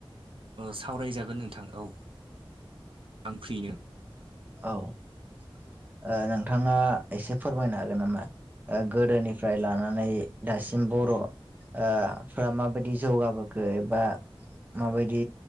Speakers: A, on the right (about 65°); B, on the right (about 20°).
A: सावरायजागोन नोंथां औ आं फ्रिनो
B: औ नोंथाङा एसे फोरमायनो हागोन नामा? गोदोनिफ्राय लानानै दासिम बर' ओ फ्रा माबायदि जौगाबोखो एबा माबायदि